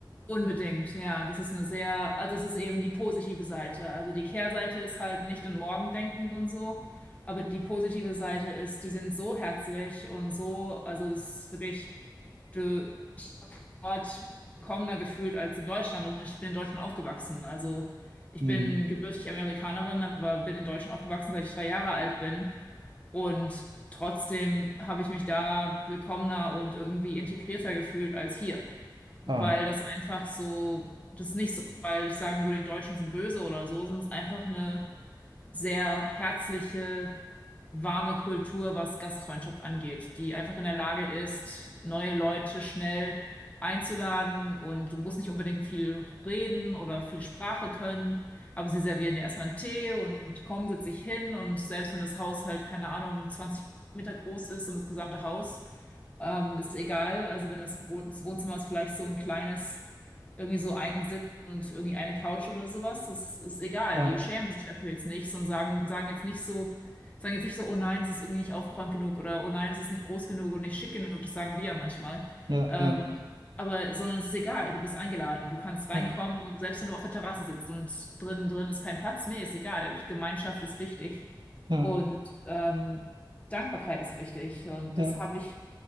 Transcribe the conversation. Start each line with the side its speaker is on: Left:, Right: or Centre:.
Left: Unbedingt, ja. Das ist eine sehr, also das ist eben die positive Seite. Also die Kehrseite ist halt nicht an morgen denken und so. Aber die positive Seite ist, die sind so herzlich und so, also das ist wirklich. du, dort willkommener gefühlt als in Deutschland und ich bin in Deutschland aufgewachsen. Also ich
Right: Hm.
Left: bin gebürtig Amerikanerin, aber bin in Deutschland aufgewachsen, seit ich drei Jahre alt bin. Und trotzdem habe ich mich da willkommener und irgendwie integrierter gefühlt als hier, weil
Right: Ah,
Left: das einfach so, das ist nicht so, weil ich sagen würde, die Deutschen sind böse oder so, sondern es ist einfach eine sehr herzliche warme Kultur, was Gastfreundschaft angeht, die einfach in der Lage ist, neue Leute schnell einzuladen und du musst nicht unbedingt viel reden oder viel Sprache können, aber sie servieren dir erstmal einen Tee und komm, setz dich hin und selbst wenn das Haus halt, keine Ahnung, 20 Meter groß ist und das gesamte Haus, ähm, ist egal. Also wenn das, Wohn das Wohnzimmer ist vielleicht so ein kleines, irgendwie so ein Sitz und irgendwie eine Couch oder sowas, das ist egal.
Right: ja,
Left: Die schämen sich dafür jetzt nicht, sondern sagen, sagen jetzt nicht so, sagen jetzt nicht so, oh nein, es ist irgendwie nicht aufgeräumt genug oder oh nein, es ist nicht groß genug und nicht schick genug. Das sagen wir ja manchmal.
Right: ja,
Left: Ähm,
Right: ja,
Left: aber, sondern es ist egal. Du bist eingeladen. Du kannst reinkommen
Right: ja,
Left: und selbst wenn du auf der Terrasse sitzt und drin, drin ist kein Platz, nee, ist egal. Gemeinschaft ist wichtig
Right: ja.
Left: und ähm, Dankbarkeit ist wichtig und
Right: Ja.
Left: das habe ich